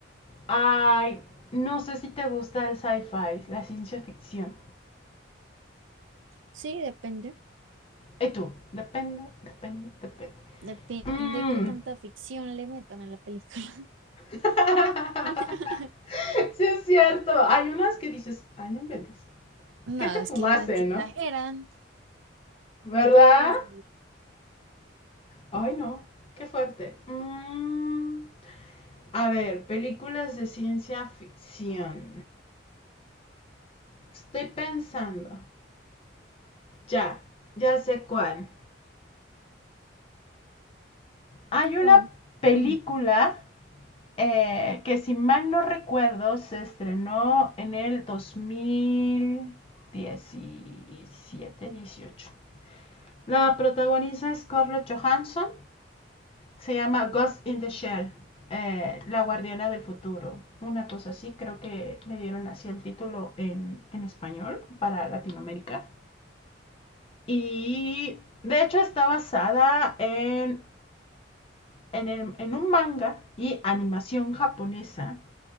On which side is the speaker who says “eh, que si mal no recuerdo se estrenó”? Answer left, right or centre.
Left